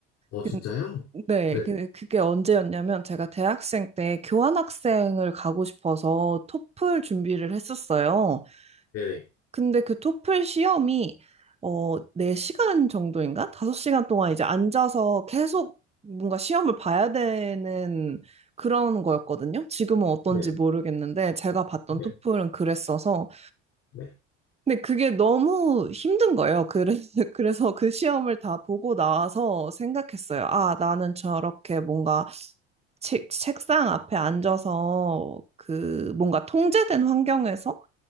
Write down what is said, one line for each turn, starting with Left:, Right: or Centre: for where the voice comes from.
Left: 어, 진짜요?
Right: 근- 네,
Left: 네네.
Right: 그- 그게 언제였냐면 제가 대학생 때 교환학생을 가고 싶어서 토플 준비를 했었어요.
Left: 네네.
Right: 근데 그 토플 시험이 어, 4시간 정도인가? 5시간 동안 이제 앉아서 계속 뭔가 시험을 봐야 되는 그런 거였거든요. 지금은 어떤지
Left: 네,
Right: 모르겠는데 제가 봤던
Left: 네,
Right: 토플은 그랬어서
Left: 네.
Right: 근데 그게 너무 힘든 거예요. 그래서 <laughs> 그래서 그 시험을 다 보고 나와서 생각했어요. 아, 나는 저렇게 뭔가 책, 책상 앞에 앉아서 그 뭔가 통제된 환경에서